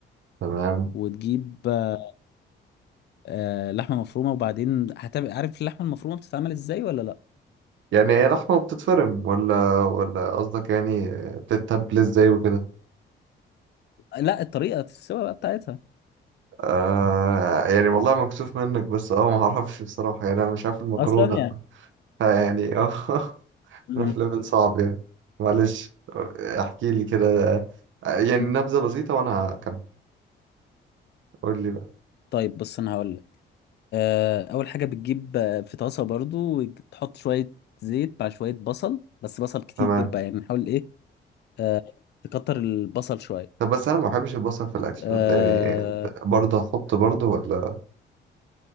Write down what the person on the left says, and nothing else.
وتجيب آه آه، لحمه مفرومه وبعدين هتعمل عارف اللحمه المفرومه بتتعمل ازاي ولا لا
لا الطريقه السوا بقى بتاعتها
اصلا يعني
م-
م.
طيب بص انا هقول آه، اول حاجه بتجيب آه، في طاسه برضو وتحط شويه زيت مع شويه بصل بس بصل كتير
بقى يعني نحاول ايه آه، تكتر البصل شويه
آه،